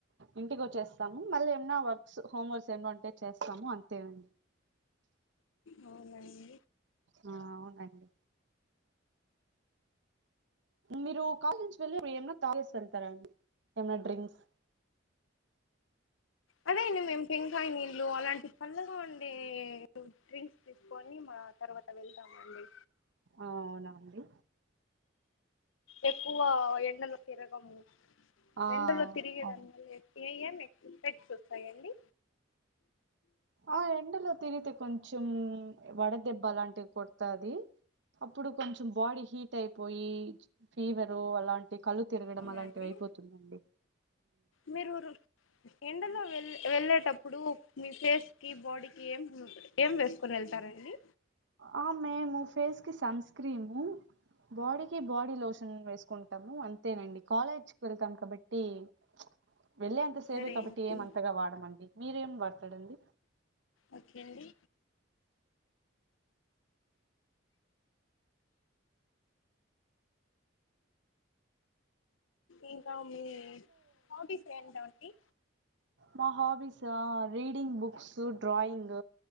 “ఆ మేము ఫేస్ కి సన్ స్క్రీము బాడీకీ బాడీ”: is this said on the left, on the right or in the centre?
Right